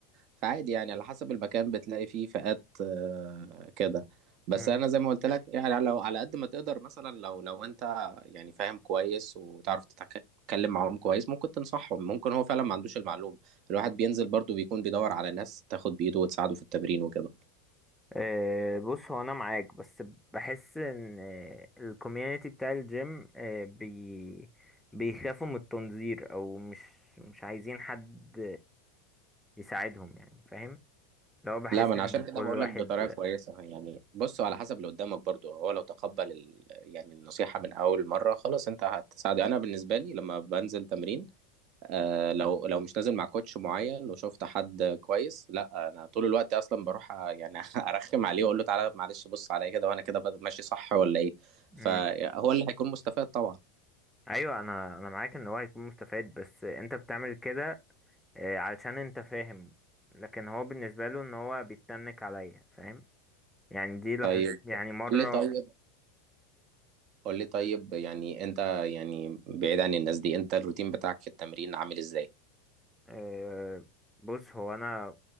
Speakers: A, on the right; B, in the centre.
A: فعادي يعني على حسب المكان بتلاقي فيه فئات آه، كده بس
B: مم.
A: انا زي ما قلت لك يعني لو على قد ما تقدر مثلا لو لو انت يعني فاهم كويس وتعرف تتك- تتكلم معاهم كويس ممكن تنصحهم ممكن هو فعلا ما عندوش المعلومة الواحد بينزل برضه بيكون بيدور على ناس تاخد بإيده وتساعده في التمرين وكده
B: آه، بص هو انا معاك بس بحس ان الكوميونتي بتاع الجيم آه، بي بيخافوا من التنظير او مش مش عايزين حد يساعدهم يعني فاهم لو بحس
A: لا ما انا
B: ان
A: عشان كده
B: كل
A: بقول
B: واحد
A: لك بطريقه كويسه يعني بصوا على حسب اللي قدامك برضو هو لو تقبل ال... يعني النصيحه من اول مره خلاص انت هتساعده انا بالنسبه لي لما بنزل تمرين آه لو لو مش نازل مع كوتش معين وشفت حد كويس لا انا طول الوقت اصلا بروح آه، يعني <laughs> ارخم عليه واقول له تعالى معلش بص عليا كده وانا كده بد- ماشي صح ولا ايه
B: مم.
A: فهو اللي هيكون مستفاد طبعا
B: ايوه انا انا معاك ان هو هيكون مستفاد بس انت بتعمل كده آه، علشان انت فاهم لكن هو بالنسبه له ان هو بيتنك عليا فاهم يعني دي لحظة
A: طيب
B: يعني مرة
A: قول لي طيب قول لي طيب يعني انت يعني بعيد عن الناس دي انت الروتين بتاعك في التمرين عامل ازاي
B: آه، بص هو انا